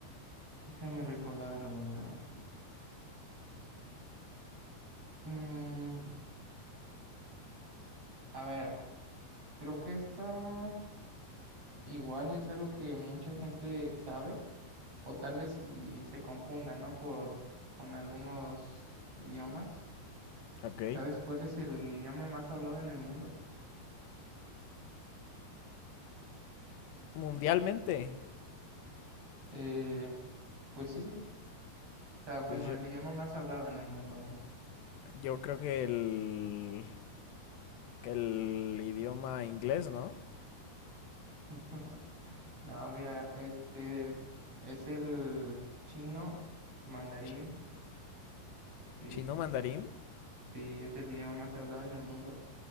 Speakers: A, on the right (about 35°); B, on the left (about 80°).
A: Déjame recordar una. Mm, a ver, creo que esta igual es algo que mucha gente sabe, o tal vez si se confunda, ¿no? Por, con algunos idiomas.
B: Ok.
A: ¿Sabes cuál es el idioma más hablado en el mundo?
B: Mundialmente,
A: Eh, pues sí, o sea, bueno,
B: pues yo,
A: el idioma más hablado en el mundo, no sé.
B: yo creo que el... que el idioma inglés, ¿no?
A: <laughs> No, mira, este es el chino mandarín,
B: Chi-
A: sí,
B: Chino mandarín.
A: sí, es el idioma más hablado en el mundo.